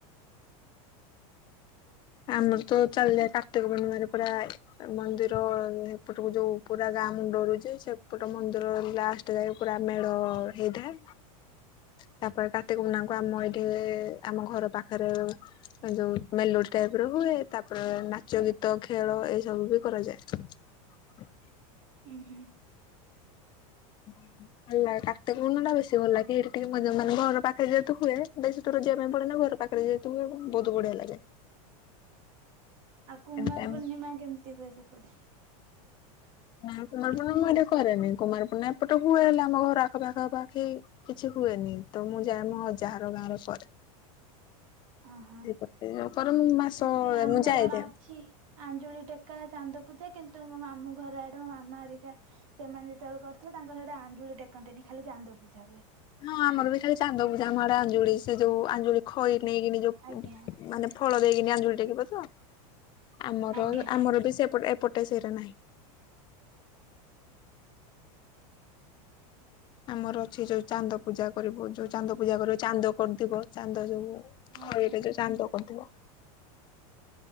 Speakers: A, on the left; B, on the right.
A: ଆମର ତ ଚାଲିଯାଏ କାର୍ତ୍ତିକ ପୂର୍ଣିମାରେ ପୁରା ମନ୍ଦିର ଏପଟକୁ ଯୋଉ ପୁରା ଗାଁ ଆମ୍ ଡରୁଛି ସେପଟ ମନ୍ଦିର ଲାଷ୍ଟ ଯାଏ ପୁରା ମେଢ ହେଇଥାଏ। ତାପରେ କାର୍ତିକ ପୂର୍ଣ୍ଣିମା କୁ ଆମ ଏଇଠି ଆମ ଘର ପାଖରେ ଯୋଉ ମେଲୋଡ୍ଡି ଟାଇପ ର ହୁଏ ତାପରେ ନାଚ ଗୀତ ଖେଳ ଏଇ ସବୁ ବି କରାଯାଏ। ହ
B: ହୁଁ
A: <inaudible> ହେଲା କାର୍ତ୍ତିକ ପୂର୍ଣ୍ଣିମା ଟା ବେଶୀ ଭଲ ଲାଗେ ହେଠୀ ଟିକେ ମଜା ମାନେ ଘର ପାଖରେ ଯେହେତୁ ହୁଏ ବେଶୀ ଦୁର ଯିବା ପାଇଁ ପଡେ ନା ଘର୍ ପାଖରେ ଯେହେତୁ ହୁଏ ବୋହୁତ ବଢିଆ ଲାଗେ।
B: ଆଉ କୁମାର
A: ଏମିତି ଆମେ
B: ପୂର୍ଣ୍ଣିମା କେମିତି ହୁଏ ସେପଟେ?
A: ନାଇଁ କୁମାରପୁଣ୍ଣମା ମୁଁ ଏଠି କରେନି କୁମାରପୂର୍ଣ୍ଣିମା ଏପଟେ ହୁଏ ହେଲେ ଆମ ଘର ଆଖପାଖ ପାଖି କିଛି ହୁଏନି। ତ ମୁଁ ଯାଏ ମୋ ଅଯା ଘର ଗାଁ ରେ କରେ।
B: ଅ ହଁ
A: ସେଇପଟେ
B: ସେମତି
A: କରେ ମୁଁ ମାସ
B: ଆମର
A: ମୁଁ ଯାଏ
B: ଅଛି
A: ଯାଏ।
B: ଆଞ୍ଜୁଳି ଟେକା ଚାନ୍ଦ ପୂଜା କିନ୍ତୁ ମୋ ମାମୁ ଘର ଆଡେ ମୋ ମାମା ହେରିକା ସେମାନେ ଯେତେବେଳେ କରୁଥିଲେ ତାଙ୍କର ହେରା ଆଞ୍ଜୁଳିଟେକ୍ ଡେଲି ଖାଲି ଚାନ୍ଦ ପୂଜା ହୁଏ।
A: ହଁ ଆମର ବି ଖାଲି ଚାନ୍ଦ ପୂଜା ଆମ ଆଡେ ଆଞ୍ଜୁଳି ସେ ଯୋଉ ଆଞ୍ଜୁଳି ଖଇ ନେଇକିନି ଯୋଉ
B: ଆଜ୍ଞା
A: ମାନେ ଫଳ ଦେଇକିନି ଅଞ୍ଜୁଳି ଟେକିବ ତ ଆମର
B: ଆଜ୍ଞା
A: ଆମର ବି ସେପଟ ଏପଟ ଟେ ସେରା ନାହିଁ। ଆମର ଅଛି ଯୋଉ ଚାନ୍ଦ ପୂଜା କରିବୁ ଯୋଉ ଚାନ୍ଦ ପୂଜା କରିବ ଚାନ୍ଦ କରିଦିବ ଚାନ୍ଦ ଯୋଉ ହଁ
B: ଆଜ୍ଞା
A: ଏବେ ଯୋଉ ଚାନ୍ଦ କରିଥିବ।